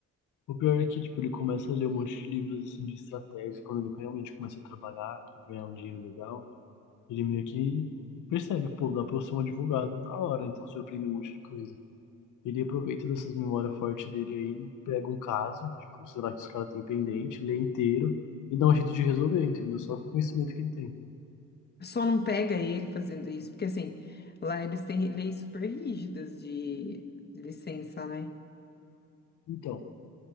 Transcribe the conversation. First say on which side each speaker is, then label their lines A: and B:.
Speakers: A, on the left; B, on the left.
A: O pior é que, tipo, ele começa a ler um monte de livros, assim, de estratégia. Quando ele realmente começa a trabalhar, ganhar um dinheiro legal, ele meio que percebe, pô, dá pra eu ser um advogado da hora, então se eu aprender um monte de coisa. Ele aproveita dessas memórias fortes dele aí, pega um caso, tipo, será que os caras têm pendente, lê inteiro e dá um jeito de resolver, entendeu? Só com o conhecimento que ele tem.
B: Só não pega ele fazendo isso, porque assim, lá eles têm leis super rígidas de de licença, né?
A: Então,